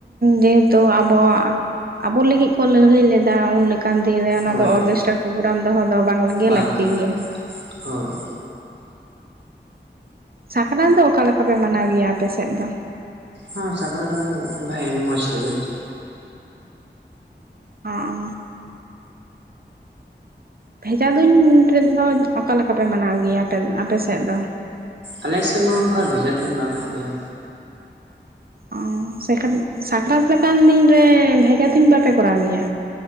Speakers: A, on the right; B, on the right.
A: ᱡᱮᱦᱮᱛᱩ ᱟᱵᱚᱣᱟᱜ ᱟᱵᱚ ᱞᱟᱹᱜᱤᱫ ᱠᱚ ᱞᱟᱹᱲᱦᱟᱹᱭ ᱞᱮᱫᱟ ᱩᱱ ᱚᱱᱠᱟᱱ ᱫᱤᱱ ᱨᱮ ᱚᱱᱟ
B: ᱦᱳᱭ
A: ᱫᱚ ᱚᱨᱜᱮᱥᱴᱟᱨ ᱯᱨᱳᱜᱨᱟᱢ ᱫᱚᱦᱚ ᱫᱚ ᱵᱟᱝ ᱜᱮ
B: ᱵᱟᱝᱜᱮ
A: ᱞᱟᱹᱠᱛᱤ ᱜᱮᱭᱟ
B: ᱦᱳᱭ
A: ᱥᱟᱠᱨᱟᱛ ᱫᱚ ᱚᱠᱟ ᱞᱮᱠᱟ ᱯᱮ ᱢᱟᱱᱟᱣ ᱜᱮᱭᱟ ᱟᱯᱮ ᱥᱮᱫ ᱫᱚ
B: ᱦᱚᱸ ᱥᱟᱠᱨᱟᱛ ᱨᱮᱫᱚ ᱵᱷᱟᱜᱮ ᱢᱚᱡᱽ ᱛᱮᱜᱮ
A: ᱚᱸᱻ ᱵᱷᱮᱡᱟ ᱫᱩᱧ ᱨᱮᱫᱚ ᱚᱠᱟ ᱞᱮᱠᱟ ᱯᱮ ᱢᱟᱱᱟᱣ ᱜᱮᱭᱟ ᱟᱯᱮ ᱟᱯᱮ ᱥᱮᱫ ᱫᱚ
B: ᱟᱞᱮ ᱥᱮᱫ ᱢᱟ ᱚᱱᱠᱟ ᱵᱷᱮᱡᱟ ᱛᱩᱧ ᱵᱟᱝ ᱦᱩᱭᱩᱜ ᱜᱮᱭᱟ
A: ᱟᱶ ᱥᱟᱠ ᱥᱟᱠᱨᱟᱛ ᱞᱮᱠᱟᱱ ᱫᱤᱱ ᱨᱮ ᱵᱷᱮᱡᱟ ᱛᱩᱧ ᱫᱤᱱ ᱵᱟᱯᱮ ᱠᱚᱨᱟᱣ ᱜᱮᱭᱟ